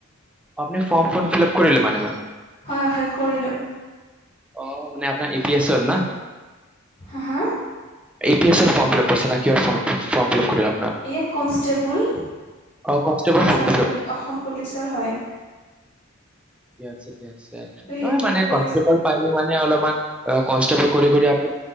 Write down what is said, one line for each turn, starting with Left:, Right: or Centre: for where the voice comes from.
Centre: আপনি ফৰ্ম খন ফিল আপ কৰিলে মানে ম
Left: হয় হয়, কৰিলোঁ।
Centre: অ, মানে আপোনাৰ ই, পি এছৰ না।
Left: হা, হা,
Centre: এপি এছৰ ফৰ্ম ফিলাপ কৰিছে ন কিহৰ ফৰ্ম ফিলাপ কৰি
Left: ইয়ে কনষ্টেবল,
Centre: অ কনষ্টেবল
Left: আছাম
Centre: ফৰ্মটো
Left: পু, অসম পুলিচৰ হয়।
Centre: ঠিক আছে, ঠিক আছে,
Left: ত' সেইটো
Centre: নহয় মানে
Left: কৰিছ
Centre: কনষ্টেবল পাইলে মানে অলপমান কনষ্টেবল কৰি কৰি আপুনি